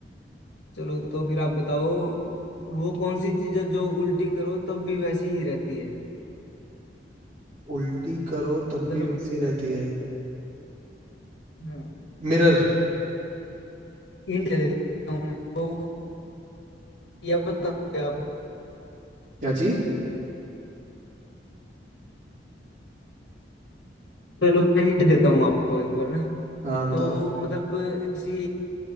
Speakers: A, on the left (about 70°); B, on the right (about 45°).
A: चलो तो फिर आप बताओ वो कौन सी चीज़ है जो उल्टी करो तब भी वैसी ही रहती है
B: उल्टी करो तब
A: चलो
B: भी वैसी रहती है
A: हाँ
B: मिरर
A: हिंट दे देता हूँ आपको या बताओ आप
B: क्या चीज
A: चलो मैं हिंट देता हूँ आपको एक बार ना
B: हाँ बताओ
A: तो मतलब ऐसी